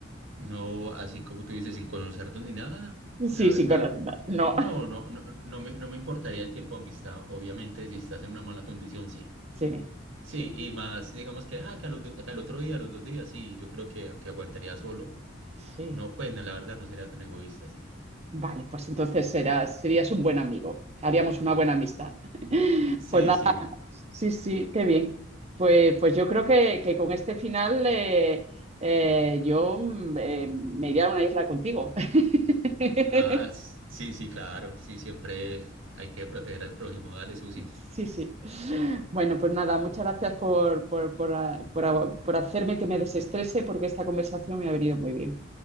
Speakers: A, on the right (about 75°); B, on the right (about 35°).
A: No, así como tú dices, sin conocernos ni nada, la
B: Sí,
A: verdad,
B: sí, con,
A: n-
B: no.
A: no, no, no, no me, no me importaría el tiempo de amistad. Obviamente, si estás en una mala condición, sí.
B: Sí,
A: Sí,
B: sí,
A: y más, digamos que, ah, que al, otro que al otro día, a los dos días, sí, yo creo que, que aguantaría solo.
B: sí.
A: No, pues no, la verdad no sería tan egoísta, sí.
B: Vale, pues entonces serás, serías un buen amigo. Haríamos una buena amistad.
A: Sí,
B: Pues nada.
A: sí.
B: Sí, sí, qué bien. Pues, pues yo creo que, que con este final eh, eh, yo mm, eh, me iría a una isla contigo. <laughs>
A: Ah, s- sí, sí, claro. Sí, siempre hay que proteger al prójimo. Dale, Susi.
B: Sí, sí. Bueno, pues nada, muchas gracias por, por, por, ah, por ah, por hacerme que me desestrese porque esta conversación me ha venido muy bien.